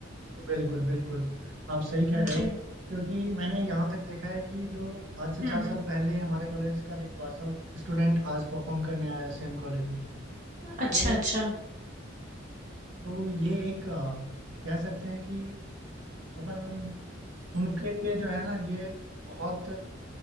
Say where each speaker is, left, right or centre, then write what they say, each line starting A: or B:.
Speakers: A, on the right; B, on the right.
A: बिल्कुल बिल्कुल आप सही कह रहे
B: जी।
A: हो क्योंकि मैंने यहाँ तक देखा है कि जो आज से
B: हुँ,
A: चार
B: हुँ।
A: साल पहले हमारे कॉलेज का एक पास आउट स्टूडेंट आज परफॉर्म करने आया सेम कॉलेज में
B: अच्छा,
A: तो
B: अच्छा।
A: तो ये एक अ, कह सकते हैं कि अपन उनके लिए जो है ना ये बहुत